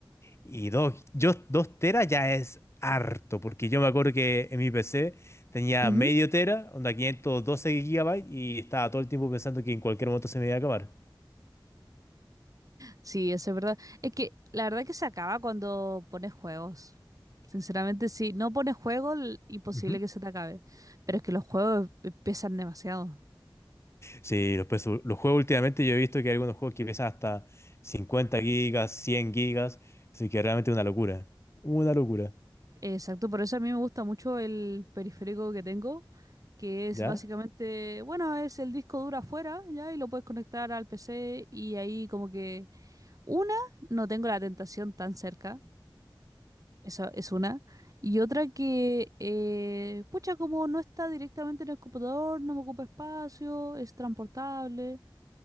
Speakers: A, on the left; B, on the right.
A: Y dos, yo, dos teras ya es harto, porque yo me acuerdo que en mi PC tenía
B: Ujú.
A: medio tera, onda 512 gigabytes, y estaba todo el tiempo pensando que en cualquier momento se me iba a acabar.
B: Sí, eso es verdad. Es que la verdad que se acaba cuando pones juegos. Sinceramente, si no pones juegos, l- imposible
A: Ujú.
B: que se te acabe. Pero es que los juegos eh, pesan demasiado.
A: Sí, los, pesos- los juegos últimamente yo he visto que hay algunos juegos que pesan hasta 50 gigas, 100 gigas, así que realmente es una locura. Una locura.
B: Exacto, por eso a mí me gusta mucho el periférico que tengo, que es
A: ¿Ya?
B: básicamente, bueno, es el disco duro afuera, ya, y lo puedes conectar al PC y ahí como que, una, no tengo la tentación tan cerca Esa es una. Y otra que, eh, pucha, como no está directamente en el computador, no me ocupa espacio, es transportable.